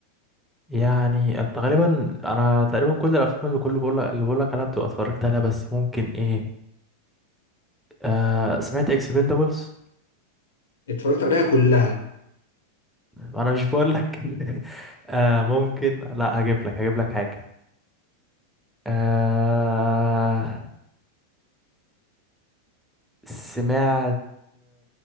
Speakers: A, in the centre; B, on the left (about 60°).
A: يعني انت غالبا انا تقريبا كل الافلام اللي كله بقول لك اللي بقول لك عليها بتبقى اتفرجت عليها بس ممكن ايه آه سمعت اكسبندبلز
B: اتفرجت عليها كلها
A: انا مش بقول لك <laughs> آه ممكن لا هجيب لك هجيب لك حاجة آه سمعت